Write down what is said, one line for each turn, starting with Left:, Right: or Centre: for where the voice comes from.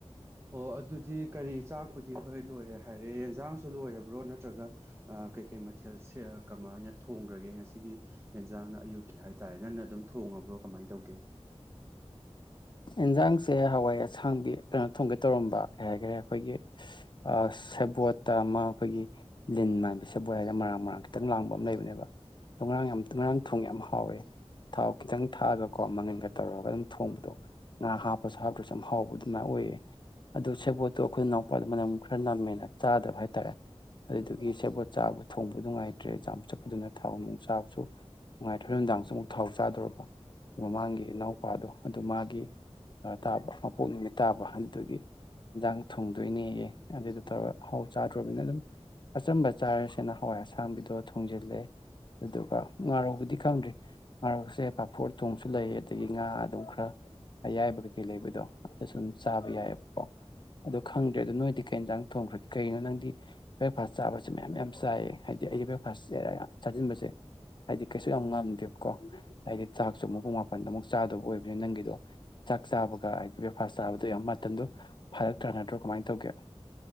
Right: ꯑꯣ ꯑꯗꯨꯗꯤ ꯀꯔꯤ ꯆꯥꯛꯄꯨꯗꯤ ꯍꯣꯏ ꯂꯣꯏꯔꯦ ꯍꯥꯏꯔꯦ ꯌꯦꯟꯖꯥꯡꯁꯨ ꯂꯣꯏꯔꯕ꯭ꯔꯣ ꯅꯠꯇ꯭ꯔꯒ ꯑꯥ ꯀꯩ ꯀꯩ ꯃꯊꯦꯜ ꯁꯦ ꯀꯃꯥꯏꯅ ꯊꯣꯡꯒ꯭ꯔꯒꯦ ꯉꯁꯤꯒꯤ ꯌꯦꯟꯖꯥꯡꯅ ꯑꯌꯨꯛꯀꯤ ꯍꯥꯏꯇꯥꯔꯦ ꯅꯪꯅ ꯑꯗꯨꯝ ꯊꯣꯡꯉꯕ꯭ꯔꯣ ꯀꯃꯥꯏ ꯇꯧꯒꯦ
Left: ꯏꯟꯖꯥꯡꯁꯦ ꯍꯋꯥꯏ ꯑꯁꯥꯡꯕꯤ ꯀꯩꯅꯣ ꯊꯣꯡꯒꯦ ꯇꯧꯔꯝꯕ ꯀꯩ ꯍꯥꯏꯒ꯭ꯔꯦ ꯑꯈꯣꯏꯒꯤ ꯑꯁ ꯁꯦꯕꯣꯠꯇꯥ ꯑꯃꯥ ꯑꯈꯣꯏꯒꯤ ꯂꯤꯟ ꯃꯥꯟꯕ ꯁꯦꯕꯣꯠ ꯃꯔꯥꯡ ꯃꯔꯥꯡ ꯈꯤꯇꯪ ꯂꯥꯡꯕ ꯑꯃꯥ ꯂꯩꯕꯅꯦꯕ ꯑꯗꯣ ꯉꯥꯔꯥꯡ ꯌꯥꯝ ꯉꯥꯔꯥꯡ ꯊꯣꯡꯉꯦ ꯌꯥꯝ ꯍꯥꯎꯋꯦ ꯊꯥꯎ ꯈꯤꯇꯪ ꯊꯥꯛꯑꯥꯒꯀꯣ ꯃꯪꯒꯟꯒꯥ ꯇꯧꯔꯥꯒ ꯑꯗꯨꯝ ꯊꯣꯡꯕꯥ ꯉꯥ ꯍꯥꯞꯄꯁꯨ ꯍꯥꯞꯇ꯭ꯔꯁꯨ ꯌꯥꯝ ꯍꯥꯎꯕ ꯑꯗꯨꯃꯥꯏꯅ ꯑꯣꯏꯌꯦ ꯑꯗꯨ ꯁꯦꯕꯣꯠꯇꯣ ꯈꯣꯏ ꯅꯥꯎꯄꯥꯗꯣ ꯃꯅꯝ ꯈꯔꯥ ꯅꯝꯃꯦꯅ ꯆꯥꯗꯕ ꯍꯥꯏꯇꯥꯔꯦ ꯑꯗꯨꯗꯨꯒꯤ ꯁꯦꯕꯣꯠ ꯆꯥꯕ ꯊꯣꯡꯕ ꯅꯨꯡꯉꯥꯏꯇ꯭ꯔꯦ ꯆꯝꯆꯛ ꯑꯗꯨꯅ ꯊꯥꯎ ꯅꯨꯡ ꯆꯥꯕꯁꯨ ꯍꯣꯔꯦꯟ ꯅꯨꯡꯗꯥꯡꯁꯨ ꯑꯃꯨꯛ ꯊꯥꯎ ꯆꯥꯗꯣꯔꯥꯕ ꯃꯃꯥꯡꯒꯤ ꯏꯅꯥꯎꯄꯥꯗꯣ ꯑꯗꯨ ꯃꯥꯒꯤ ꯀꯩꯅꯣ ꯇꯥꯕ ꯃꯄꯣꯛ ꯅꯨꯃꯤꯠ ꯇꯥꯕ ꯑꯗꯨꯗꯨꯒꯤ ꯏꯟꯖꯥꯡ ꯊꯨꯡꯗꯣꯏꯅꯦꯌꯦ ꯑꯗꯨꯗꯣ ꯇꯧꯔꯥ ꯍꯥꯎ ꯆꯥꯗꯔꯣꯝꯅꯤꯅ ꯑꯗꯨꯝ ꯑꯥꯆꯝꯕ ꯆꯥꯔꯥꯁꯦꯅ ꯍꯋꯥꯏ ꯑꯁꯥꯡꯕꯤꯗꯣ ꯊꯨꯡꯖꯜꯂꯦ ꯑꯗꯨꯒ ꯉꯥꯔꯧꯕꯨꯗꯤ ꯈꯪꯗ꯭ꯔꯤ ꯉꯥꯔꯧꯁꯦ ꯄꯥꯐꯣꯔ ꯎꯇꯣꯡꯁꯨ ꯂꯩ ꯑꯇꯩ ꯉꯥꯗꯣ ꯈ꯭ꯔ ꯑꯌꯥꯏꯕ ꯀꯩꯀꯩ ꯂꯩꯕꯗꯣ ꯑꯗꯨ ꯁꯨꯝ ꯆꯥꯕ ꯌꯥꯏꯕꯀꯣ ꯑꯗꯣ ꯈꯪꯗ꯭ꯔꯦ ꯑꯗꯨ ꯅꯣꯏꯗꯤ ꯀꯩ ꯏꯟꯖꯥꯡ ꯊꯣꯡꯒ꯭ꯔꯥꯒꯦ ꯀꯩꯅꯣ ꯅꯪꯗꯤ ꯕ꯭ꯔꯦꯛꯐꯥꯁ ꯆꯥꯕꯁꯦ ꯃꯌꯥꯝ ꯃꯌꯥꯝ ꯆꯥꯏꯌꯦ ꯍꯥꯏꯗꯤ ꯑꯩ ꯕ꯭ꯔꯦꯛꯐꯥꯁ ꯁꯦ ꯆꯥꯖꯤꯟꯕꯁꯦ ꯍꯥꯏꯗꯤ ꯀꯩꯁꯨ ꯌꯥꯝ ꯉꯝꯗꯦꯕꯀꯣ ꯍꯥꯏꯗꯤ ꯆꯥꯛꯁꯨ ꯃꯨꯛ ꯄꯨꯡ ꯃꯥꯄꯟꯗ ꯑꯃꯨꯛ ꯆꯥꯗꯧꯕꯥ ꯑꯣꯏꯕꯅꯤꯅ ꯅꯪꯒꯤꯗꯣ ꯆꯥꯛ ꯆꯥꯕꯒ ꯍꯥꯏꯗꯤ ꯕ꯭ꯔꯦꯛꯐꯥꯁ ꯆꯥꯕꯗꯣ ꯌꯥꯝ ꯃꯇꯝꯗꯣ ꯐꯔꯛ ꯇꯥꯥꯟꯅꯗ꯭ꯔꯣ ꯀꯃꯥꯏ ꯇꯧꯒꯦ